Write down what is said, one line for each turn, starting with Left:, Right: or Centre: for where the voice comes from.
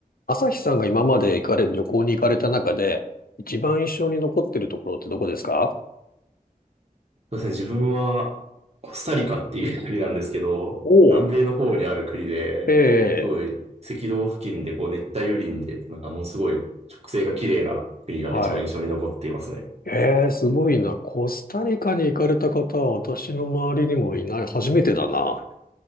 Left: 朝日さんが今まで行かれ、旅行に行かれた中で、一番印象に残ってるところってどこですか
Right: そうですね、自分はコスタリカっていう国なんですけど、
Left: おお、
Right: 南米の方にある国で、
Left: ええ、
Right: すごい赤道付近でこう熱帯雨林で、なんかものすごい植生が綺麗な国が一番印象に残っていますね。
Left: はい。ええ、すごいな。コスタリカに行かれた方は私の周りにもいない。初めてだな。